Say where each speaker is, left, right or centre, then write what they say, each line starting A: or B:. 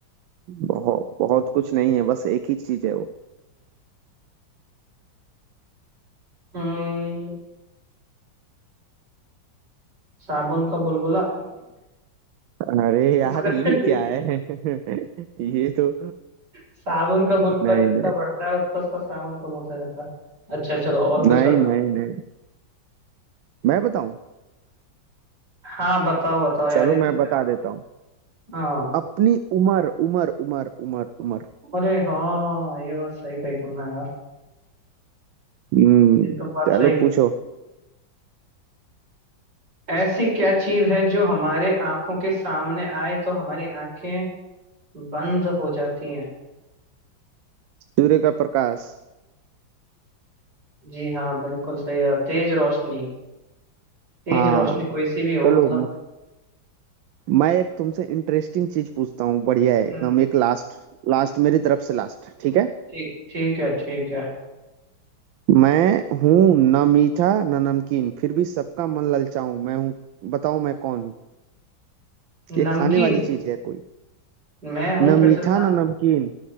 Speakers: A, on the right; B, on the right.
A: बहुत बहुत कुछ नहीं है बस एक ही चीज है वो
B: हम्म साबुन का बुलबुला
A: अरे यार
B: उसका <laughs>
A: ये क्या है <laughs> ये तो
B: साबुन
A: नहीं
B: का बुलबुला जितना
A: नहीं
B: बढ़ता है उतना उसका साबुन कम होता जाता है अच्छा चलो और
A: नहीं
B: कुछ बताओ
A: नहीं नहीं मैं बताऊं
B: हाँ बताओ बताओ यार
A: चलो
B: ये तो
A: मैं
B: दिमाग
A: बता देता हूँ
B: हाँ
A: अपनी उम्र उम्र उम्र उम्र उम्र
B: अरे हाँ ये बात सही कही तुमने यार
A: हम्म
B: ये तो बात
A: चलो
B: सही की
A: पूछो
B: ऐसी क्या चीज है जो हमारे आंखों के सामने आए तो हमारी आंखें बंद हो जाती हैं
A: सूर्य का प्रकाश
B: जी हाँ बिल्कुल सही है तेज रोशनी तेज
A: हाँ
B: रोशनी कोई सी भी हो
A: चलो
B: मतलब
A: म- मैं एक तुमसे इंटरेस्टिंग चीज पूछता हूँ बढ़िया है
B: हम्म।
A: एकदम एक लास्ट लास्ट मेरी तरफ से लास्ट ठीक है
B: ठीक ठीक है ठीक है
A: मैं हूँ ना मीठा ना नमकीन फिर भी सबका मन ललचाऊं मैं हूँ बताओ मैं कौन हूँ ये
B: नमकीन
A: खाने वाली चीज है कोई
B: मैं हूँ
A: ना
B: फिर
A: मीठा
B: से बताना
A: ना नमकीन